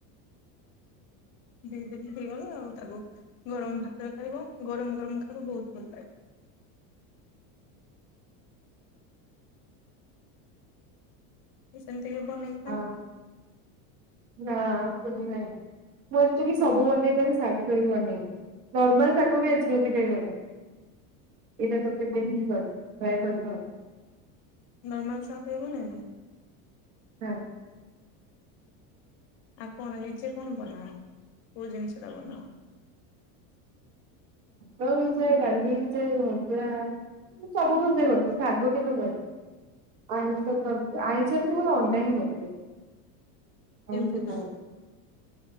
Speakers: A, on the left; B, on the right.
A: ସେଇଥିରେ ଟିକେ ହେଇଗଲେ ଆଉ ତାକୁ ଗରମ ଭାତରେ ଖାଇବ ଗରମ ଗରମ ଖାବ ବହୁତ ଭଲ ଲାଗେ। ସେମତି କେବେ ବନେଇ
B: ହଁ ନା ପୁନି ନାଇ। ମୁଁ ଆକଚୁଲି
A: ତମେ?
B: ସବୁ ବନେଇ ପାରେ ଶାଗ କେବେ ବନେଇନି ନର୍ମାଲ ଶାଗ ବି ଆଜି ଏମିତି ବନେଇନି। ଏଇଟା ତତେ <unintelligible>
A: ନର୍ମାଲ ସର୍ଫ ଏଇଭଳିଆ
B: ଟା
A: ଆଉ କଣ ନିଜେ କଣ ବନାଅ କୋଉ ଜିନିଷ ଟା ବନାଅ?
B: ଭାତ ହେଇଯାଏ ଡାଲି ହେଇଯାଏ ଭଜା ମୁଁ ସବୁ ଭଜା କରଚି ଶାଗ କେବେ କରିନି। ଆଇଁଷ କରଚି ଆଇଁଷରେ କେବଳ ଅଣ୍ଢା ହିଁ କରିଚି ଆଉ
A: କେମିତି
B: ବେଶୀ
A: କର?
B: କରେ